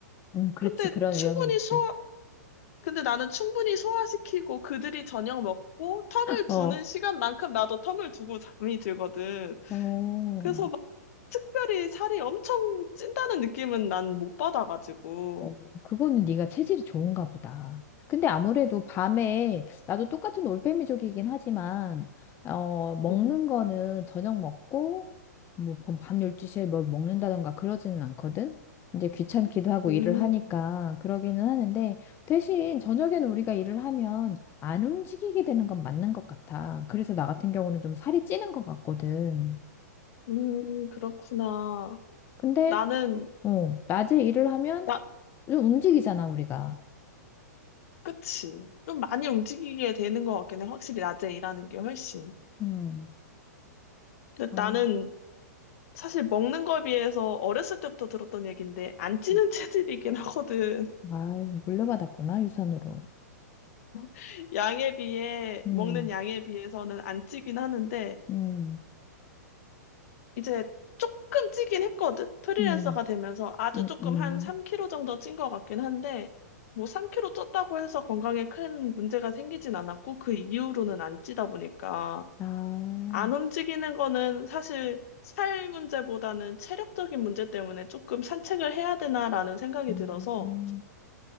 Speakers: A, on the left; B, on the left.
A: 음, 그렇지.
B: 근데
A: 그런
B: 충분히
A: 위험이 있지.
B: 소화, 근데 나는 충분히 소화시키고 그들이 저녁 먹고 텀을
A: 어.
B: 두는 시간만큼 나도 텀을 두고 잠이 들거든.
A: 어.
B: 그래서 막 특별히 살이 엄청 찐다는 느낌은 난 못 받아가지고.
A: 어, 그거는 네가 체질이 좋은가 보다. 근데 아무래도 밤에 나도 똑같은 올빼미족이긴 하지만 어, 먹는
B: 음,
A: 거는 저녁 먹고 뭐밤 12시에 뭘 먹는다던가 그러지는 않거든. 이제 귀찮기도 하고
B: 음,
A: 일을 하니까 그러기는 하는데 대신 저녁에는 우리가 일을 하면 안 움직이게 되는 건 맞는 것 같아. 그래서 나 같은 경우는 좀 살이 찌는 것 같거든.
B: 음, 그렇구나.
A: 근데
B: 나는,
A: 어, 낮에 일을 하면
B: 나,
A: 좀 움직이잖아, 우리가.
B: 그치. 좀 많이 움직이게 되는 것 같긴 해. 확실히 낮에 일하는 게 훨씬.
A: 음.
B: 근데
A: 아,
B: 나는 사실 먹는 거에 비해서 어렸을 때부터 들었던 얘긴데 안 찌는
A: 음.
B: 체질이긴 하거든.
A: 아, 물려받았구나, 유산으로.
B: <laughs> 양에 비해
A: 음,
B: 먹는 양에 비해서는 안 찌긴 하는데
A: 음,
B: 이제 조금 찌긴 했거든. 프리랜서가
A: 음,
B: 되면서 아주
A: 음,
B: 조금 한 3kg 정도 찐 것 같긴 한데 뭐 3kg 쪘다고 해서 건강에 큰 문제가 생기진 않았고 그 이후로는 안 찌다 보니까
A: 아,
B: 안 움직이는 거는 사실 살 문제보다는 체력적인 문제 때문에 조금 산책을 해야 되나라는 생각이
A: 음,
B: 들어서
A: 음.